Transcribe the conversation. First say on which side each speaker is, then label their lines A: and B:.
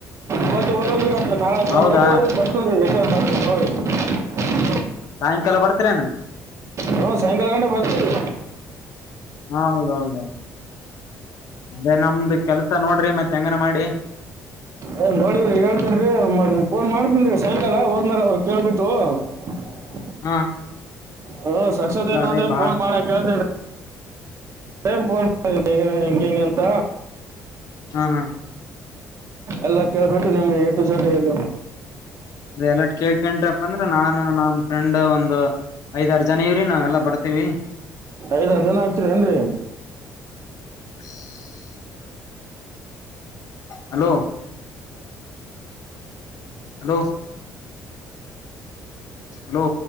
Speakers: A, on the right; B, on the left.
A: ಇವತ್ತು ಒಂದ ನಾಲ್ಕುದು
B: ಹೌದಾ
A: ಗಂಟೆವರ್ಗೆ ಬರ್ತ ಎಷ್ಟೊ <unintelligible>
B: ಸಾಯಂಕಾಲ ಬರ್ತಿರೇನು
A: ಹು ಸಾಯಂಕಾಲ ಗಂಟ ಬರ್ತಿರಿ.
B: ಹೌದೌದು ಅದೇ ನಮ್ದು ಕೆಲ್ಸ ನೋಡ್ರಿ ಮತ್ತೆ ಹೆಂಗನ ಮಾಡಿ.
A: ಏ ನೋಡಿದ್ರಿ ಹೇಳ್ತನ್ರಿ ನಿಮ್ ಫೋನ್ ಮಾಡ್ತನ್ರಿ ಸಾಯಂಕಾಲ ಹೋದ್ಮೇಲ್ ಅವ್ರ ಕೇಳ್ಬಿಟ್ಟು. ಉ
B: ಹಾ
A: ಹಾ ಸಕ್ಸಸ್
B: ಇಲ್ಲ
A: ಆಯ್ತ
B: ಅದೇ
A: ಅಂದ್ರ
B: ಬಾ
A: ಫೋನ್ ಮಾಡಾ ಕೇಳ್ತ ಸೇಮ್ ಫೋನ್ ಮಾಡಿಟಿ ಹಿಂಗ್ ಹಿಂಗೆ ಅಂತ.
B: ಹ ಹಾ
A: ಎಲ್ಲ ಕೇಳ್ಬಿಟ್ಟು ನಿಮ್ಗೆ ಎ ಟು ಜಡ್ ಎಲ್ಲ.
B: ಅ ಎಲ್ಲ ಕೇಳ್ಕಟ್ರಪ್ಪ ಅಂದ್ರ ನಾನು ನಮ್ ಫ್ರೆಂಡ್ ಒಂದು. ಐದಾರ್ ಜನ ಇವ್ರಿ ನಾವ್ ಎಲ್ಲಾ ಬರ್ತೀವಿ.
A: ಐದಾರ್ ಜನ ಆಗ್ತಿರ್ ಏನ್ರಿ.
B: <unintelligible> Hello hello hello